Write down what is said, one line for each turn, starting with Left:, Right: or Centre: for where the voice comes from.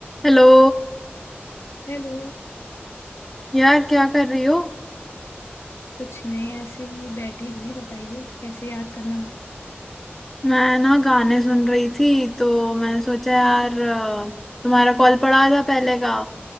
Centre: Hello
Left: Hello
Centre: यार क्या कर रही हो
Left: कुछ नहीं ऐसे ही बैठी थी बताइए कैसे याद करना हुआ
Centre: मैं ना गाने सुन रही थी तो मैंने सोचा यार अ, तुम्हारा कॉल पड़ा था पहले का